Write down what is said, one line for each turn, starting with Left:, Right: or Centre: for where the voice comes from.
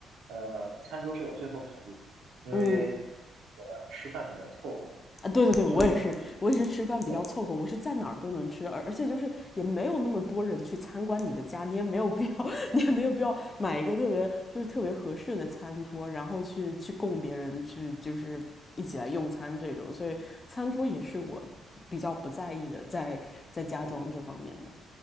Right: 呃，餐桌是我最后考虑的，因为这个吃饭比较凑合，
Left: 嗯啊，对对对，我也是，
Right: 所以呢，
Left: 我也是吃饭比较凑合，
Right: 对
Left: 我是在哪儿都能吃，而而且就是也没有那么多人去参观你的家，你也没有必要，<laughs> 你也没有必要买一个特别就是特别合适的餐桌，然后去去供别人去就是一起来用餐这种，所以餐桌也是我比较不在意的，在在家装这方面的。
Right: 对